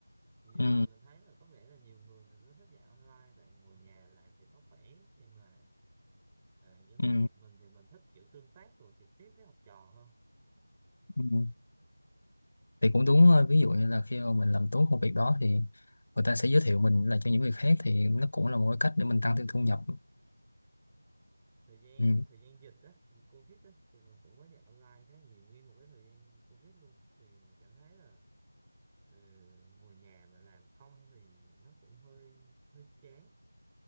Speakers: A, in the centre; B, on the left.
A: mặc dù
B: Ừ.
A: là mình thấy là có vẻ là nhiều người người ta thích dạy online tại ngồi nhà làm thì nó khỏe nhưng mà à, với mình
B: Ừ.
A: mình thì mình thích kiểu tương tác rồi trực tiếp với học trò hơn
B: Ừ. thì cũng đúng thôi. ví dụ như là khi mà mình làm tốt công việc đó thì người ta sẽ giới thiệu mình là cho những người khác thì nó cũng là một cái cách để mình tăng thêm thu nhập
A: thời gian
B: ừ.
A: thời gian dịch á dịch covid á thì mình cũng có dạy online khá là nhiều nguyên một cái thời gian covid luôn thì mình cảm thấy là ừ, ngồi nhà mà làm không thì nó cũng hơi hơi chán